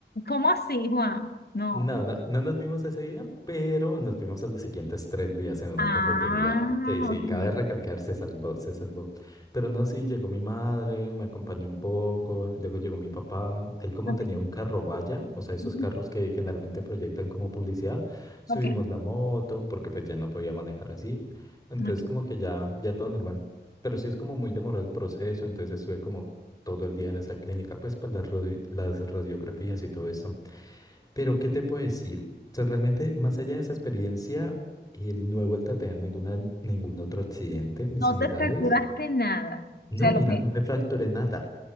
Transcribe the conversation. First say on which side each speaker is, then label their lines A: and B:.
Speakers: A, on the left; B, on the left.
A: ¿cómo así, Juan? No.
B: No, no, no nos vimos ese día, pero nos vimos a los siguientes tres días en una
A: Ah,
B: cafetería. Sí, sí,
A: ok,
B: cabe recalcar, se salvó, se salvó. Pero no, sí, llegó mi madre, me acompañó un poco, luego llegó mi papá. Él como
A: ok.
B: tenía un carro vaya, o sea, esos
A: Ujú.
B: carros que generalmente proyectan como publicidad, subimos
A: Ok,
B: la moto porque pues ya no podía manejar así. Entonces
A: ok.
B: como que ya, ya todo normal. Pero sí es como muy demorado el proceso, entonces estuve como todo el día en esa clínica, pues para las, radi- las radiografías y todo esto. Pero, ¿qué te puedo decir? O sea, realmente, más allá de esa experiencia, eh, no he vuelto a tener ninguna, ningún otro accidente ni
A: No
B: similares.
A: te fracturaste nada. O sea,
B: No, mira,
A: lo que,
B: no me fracturé nada.